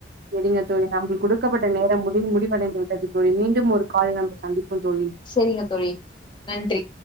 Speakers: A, on the right; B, on the left.
A: செரிங்க தோழி நம்மளுக்கு குடுக்கப்பட்ட நேரம் முடி முடிவடைந்து விட்டது தோழி மீண்டும் ஒரு கால் நம்ம சந்திப்போம் தோழி
B: செரிங்க தோழி நன்றி